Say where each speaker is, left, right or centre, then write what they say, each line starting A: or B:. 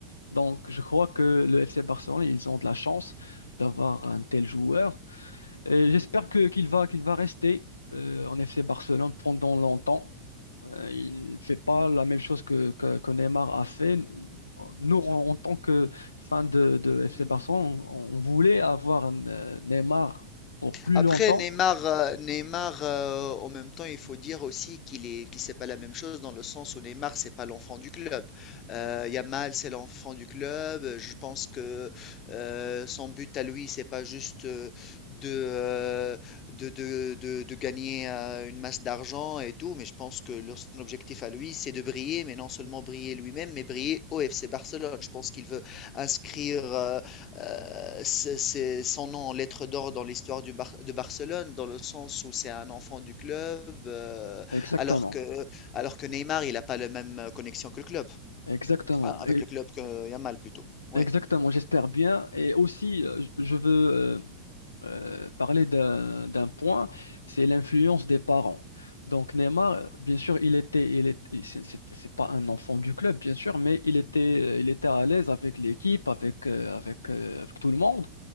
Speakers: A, on the left (about 75°); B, on the left (about 30°).
A: Donc je crois que le FC Barcelone, ils ont de la chance d'avoir un tel joueur. Et j'espère que qu'il va qu'il va rester euh, en FC Barcelone pendant longtemps. Euh, il fait pas la même chose que, que, que Neymar a fait. Nous, en, en tant que fans de, de
B: Mm.
A: FC Barcelone, on, on voulait avoir un, euh, Neymar pour plus
B: Après,
A: longtemps.
B: Neymar, euh, Neymar euh, en même temps, il faut dire aussi qu'il est, qu'il c'est pas la même chose dans le sens où Neymar, c'est pas l'enfant du club. Euh, Yamal, c'est l'enfant du club. Je pense que euh, son but à lui, c'est pas juste euh, de, euh, de, de, de- de gagner euh, une masse d'argent et tout, mais je pense que le- son objectif à lui, c'est de briller, mais non seulement briller lui-même, mais briller au FC Barcelone. Je pense qu'il veut inscrire. euh, euh, c'est c'est son nom en lettres d'or dans l'histoire du Bar- de Barcelone, dans le sens où c'est un enfant du club, euh,
A: Exactement,
B: alors que, alors que Neymar, il n'a pas la même euh, connexion que le club,
A: exactement,
B: Ah, avec
A: Et-
B: le club que Yamal plutôt. Oui.
A: exactement. J'espère bien. Et aussi, euh, je je veux euh, euh, parler d'un d'un point, c'est l'influence des parents. Donc Neymar, euh, bien sûr, il était, il est, il- c'est c'est- c'est pas un enfant du club, bien sûr, mais il était, euh, il était à l'aise avec l'équipe, avec, euh, avec, euh, avec tout le monde.